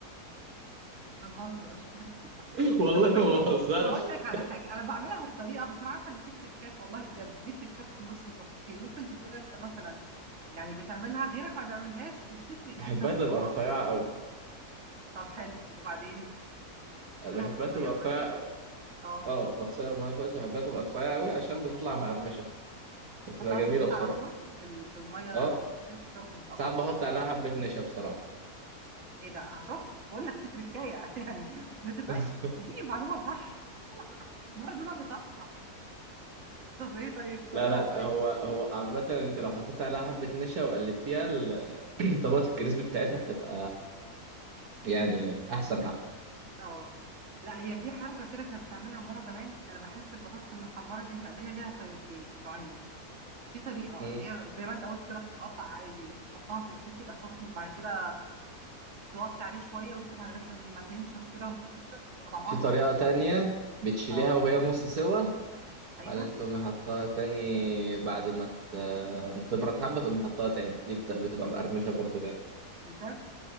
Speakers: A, on the right (about 45°); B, on the right (about 70°).
A: هنهزر <laughs>
B: <laughs> والله
A: طب قولي
B: ما بهزرش
A: هقول لك على حاجه انا بعملها بطريقه بس انا عارفه ان في تريكات والله بجد في تريكات في النص وتفاصيل ممكن تكون انت مثلا يعني بتعملها غيرك ما بيعملهاش وبتفرق جدا
B: بحبها
A: في
B: تبقى
A: الطعم
B: رفيعه قوي
A: طب حلو وبعدين تغسلها
B: بحبها
A: بالميه
B: تبقى
A: كويس
B: رفيعه أوي.
A: اه
B: اه بغسلها الميه كويس بحبها تبقى رفيعه قوي عشان بتطلع مقرمشه بتبقى
A: تحطها
B: جميله
A: في الزيت
B: بصراحه
A: على طول في ال- في الميه
B: اه
A: في الزيت سخن طبعا
B: ساعات بحط عليها حبة نشا بصراحة
A: ايه ده آه، شفت بقول لك في تركايه <laughs> يعني ما تبقاش
B: <laughs>
A: اديني معلومه صح النهارده انا اللي طبخه طب ايه طيب بتعملها
B: لا لا
A: ازاي
B: هو
A: دي؟
B: هو عامة انت لو حطيت عليها حبة نشا وقلبتيها ال- <clears throat> طبقة الكريسبي بتاعتها بتبقى يعني أحسن حاجة
A: اه لا هي في حركه كده كانت بتعملها ماما زمان انا بحس البطاطس المحمره دي المقليه ليها طريقتين نوعين في طريقه
B: مم.
A: اللي هي زي ما انت قلت كده بتتقطع عادي وتحطها في الزيت يبقى سخن وبعد كده توطي عليه شويه وتسيبها لغايه لما تنشف كده وتحرشف بتبقى طعمها
B: في
A: تحفه
B: طريقة تانية بتشيليها
A: اه
B: وهي نص سوا
A: ايوه
B: بعدين تقومي حطها تاني بعد ما ت- ما تبرد حبة تقومي حطها تاني دي بت- بتبقى مقرمشة برضه جامد
A: بجد